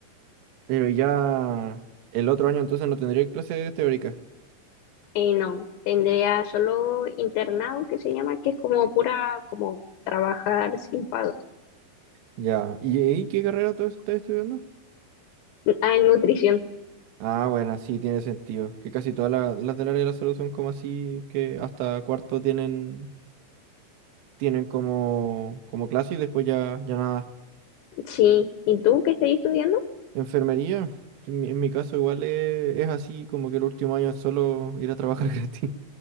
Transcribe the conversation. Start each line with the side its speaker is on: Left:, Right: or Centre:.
Right: Pero ya el otro año entonces no tendría clases teóricas.
Left: Eh, no, tendría solo internado que se llama, que es como pura, como trabajar sin pago.
Right: Ya. ¿Y, y qué carrera todo eso estás estudiando?
Left: Ah, en nutrición,
Right: Ah, bueno, sí, tiene sentido. Que casi todas la- las del área de la salud son como así, que hasta cuarto tienen, tienen como, como clase y después ya, ya nada.
Left: sí. ¿Y tú qué estás estudiando?
Right: Enfermería, en mi, en mi caso igual es, es así, como que el último año es solo ir a trabajar <laughs> gratis.